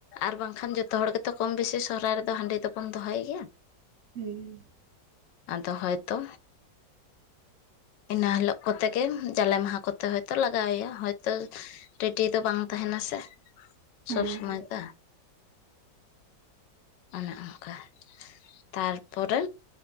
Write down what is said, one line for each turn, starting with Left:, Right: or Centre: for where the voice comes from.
Left: ᱟᱨ ᱵᱟᱝᱠᱷᱟᱱ ᱡᱚᱛᱚ ᱦᱚᱲ ᱜᱮᱛᱚ ᱠᱚᱢ ᱵᱮᱥᱤ ᱥᱚᱨᱦᱟᱭ ᱨᱮᱫᱚ ᱦᱟᱺᱰᱤ ᱫᱚᱵᱚᱱ ᱫᱚᱦᱚᱭ ᱜᱮᱭᱟ᱾
Right: ᱦᱩᱸ
Left: ᱟᱫᱚ ᱦᱚᱭ ᱛᱚ ᱤᱱᱟᱹ ᱦᱤᱞᱳᱜ ᱠᱚᱛᱮ ᱜᱮ ᱡᱟᱞᱮ ᱢᱟᱦᱟ ᱠᱚᱛᱮ ᱦᱚᱭ ᱛᱚ ᱞᱟᱜᱟᱣ ᱟᱭᱟ ᱦᱚᱭ ᱛᱚ ᱨᱮᱰᱤ ᱫᱚ ᱵᱟᱝ ᱛᱟᱦᱮᱱᱟ ᱥᱮ
Right: ᱦᱮᱸ
Left: ᱥᱚᱵᱽ ᱥᱚᱢᱚᱭ ᱫᱚ᱾
Right: <inaudible>
Left: ᱚᱱᱮ ᱚᱱᱠᱟ᱾ ᱛᱟᱨ ᱯᱚᱨᱮ